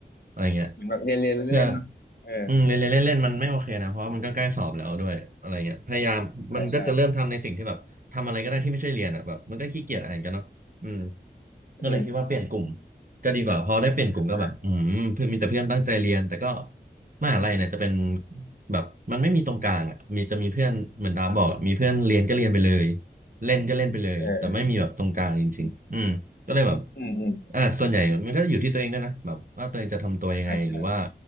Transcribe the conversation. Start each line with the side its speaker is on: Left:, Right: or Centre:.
Right: อะไรเงี้ย
Left: เหมือนแบบเรียนเรียนเล่นๆเนาะเออ
Right: เพื่ออืมเล่นเล่นเล่นเล่นมันไม่โอเคนะเพราะว่ามันก็ใกล้สอบแล้วด้วยอะไรเงี้ยพยายามมันก็จะเริ่มทำในสิ่งที่แบบทำอะไรก็ได้ที่ไม่ใช่เรียนอ่ะแบบมันก็ขี้เกียจอ่านกันเนาะอืม
Left: ใช่ใช่อืม
Right: ก็เลยคิดว่าเปลี่ยนกลุ่มก็ดีกว่าพอได้เปลี่ยนกลุ่มก็แบบอืมเพื่อนมีแต่เพื่อนตั้งใจเรียนแต่ก็
Left: อ่า
Right: มหาลัยเนี่ยจะเป็นแบบมันไม่มีตรงกลางอ่ะมีจะมีเพื่อนเหมือนดาบอกอะมีเพื่อนเรียนก็เรียนไปเลยเล่นก็เล่นไปเลยแต่ไม่มีแบบตรงกลางจริงๆอืม
Left: เออเอื
Right: ก็เลยแบบ
Left: อืมอืม
Right: อ่าส่วนใหญ่มันก็อยู่ที่ตัวเองด้วยนะแบบว่าตัวเองจะทำตัวยังไงหรือว่า
Left: ใช่ใช่